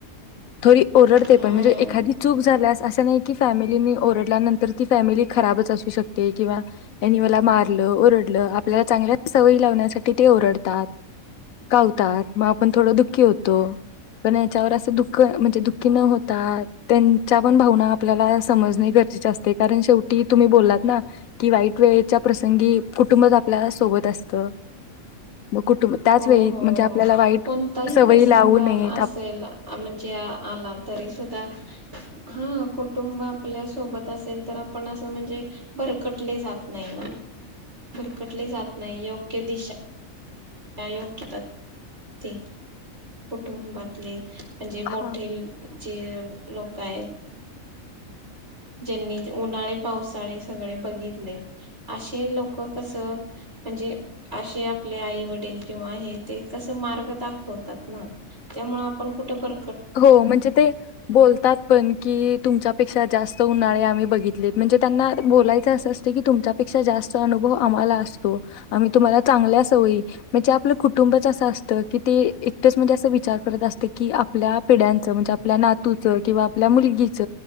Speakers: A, on the left (about 75°); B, on the right (about 50°).
A: थोडी ओरडते
B: हम्म
A: पण म्हणजे एखादी चूक झाल्यास असं नाही की फॅमिली त्यांनि ओरडल्यानंतर ती फॅमिली खराबच असू शकते किंवा त्यांनि मला मारल ओडलं आपल्याला चांगल्या सवयी लावण्यासाठी किती ओरडतात कावतात मग आपण थोडं दुःखी होतो पण याच्यावर असं दुःख म्हणजे दुःखी न होता त्यांच्या पण भावना आपल्याला समजणे गरजेचे असते कारण शेवटी तुम्ही बोललात ना की वाईट वेळेच्या प्रसंगी कुटुंबच आपल्याला सोबत असतं. मग कुटुंब त्याच
B: हो
A: वेळी
B: हो
A: म्हणजे
B: हो
A: आपल्याला वाईट
B: कोणताही
A: सवयी
B: प्रसंग
A: लावू नयेत
B: आला असेल
A: आप-
B: म्हणजे आला तरी सुद्धा हा कुटुंब आपल्या सोबत असेल तर आपण असं म्हणजे भरकटले जात नाही ना भरकटले जात नाही योग्य योग्य दिशा योग घेतात ते कुटुंबातले म्हणजे मोठे
A: हा
B: जे लोक काय ज्यांनी उन्हाळे पावसाळे सगळे बघितलेत असे लोक कसं म्हणजे असे आपले आई- वडील किंवा हे ते कसं मार्ग दाखवतात ना त्यामुळे आपण कुठे बर
A: हो म्हणजे ते बोलतात पण की तुमच्या पेक्षा जास्त उन्हाळे आम्ही बघितलेत म्हणजे त्यांना बोलायच अस असत कि तुमच्यापेक्षा जास्त अनुभव आम्हाला असतो. आम्ही तुम्हाला चांगल्या सवयी म्हणजे आपलं कुटु कुटुंबच असं असतं कि ते ए तेच म्हणजे अस विचार करत असते की आपल्या पिढ्यांच म्हणजे आपल्या नातूच किंवा आपल्या मुलगीच,